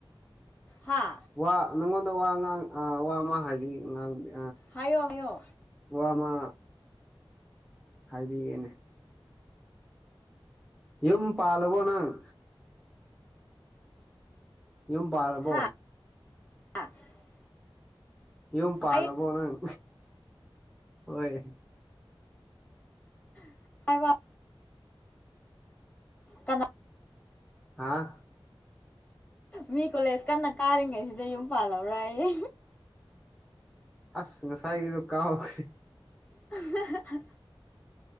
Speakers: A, on the left; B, in the centre.
A: ꯍꯥ
B: ꯋꯥ ꯅꯪꯉꯣꯟꯗ ꯋꯥꯥ ꯉꯥꯡ ꯑꯥ ꯋꯥ ꯑꯃꯥ ꯍꯥꯏꯕꯤꯥ ꯉꯥꯡꯕꯤꯒꯦ
A: ꯍꯥꯏꯌꯣ ꯍꯥꯏꯌꯣ
B: ꯋꯥ ꯑꯃꯥ ꯍꯥꯏꯕꯤꯒꯦꯅꯦ ꯌꯨꯝ ꯄꯥꯜꯂꯕꯣ ꯅꯪ ꯌꯨꯝ ꯄꯥꯔꯕꯣ
A: ꯍꯥ <inaudible>
B: ꯌꯨꯝ ꯄꯥꯜꯂꯕꯣ
A: ꯑꯩ
B: ꯅꯪ ꯍꯣꯏ
A: <unintelligible> ꯀꯅꯥ
B: ꯍꯥꯥ
A: ꯃꯤ ꯀꯣꯂꯦꯖ ꯀꯟꯅ ꯀꯥꯔꯤꯉꯩꯁꯤꯗ ꯌꯨꯝ ꯄꯥꯜꯂꯕ꯭ꯔ ꯌꯦ
B: ꯑꯁ ꯉꯁꯥꯏꯒꯤꯗꯨ ꯀꯥꯎꯈ꯭ꯔꯦ
A: ꯍꯥꯍꯥ